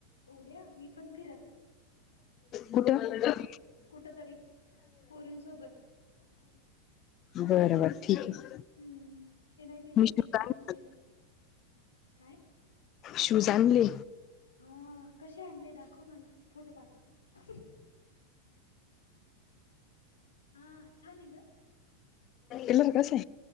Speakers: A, on the left (about 70°); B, on the left (about 35°).
A: उद्या मी पण फिरण
B: कुठंला
A: कुठ तरी पोरींसोबत
B: बरबर ठीक आहे
A: हम्म ये नाही इथ
B: मी शूज
A: टेकडी
B: आण
A: टुकडीला काय
B: शूज आण आणले
A: हा कसे आणले दाखव मला फोटो पाठव हा छानान ग
B: एलर कसे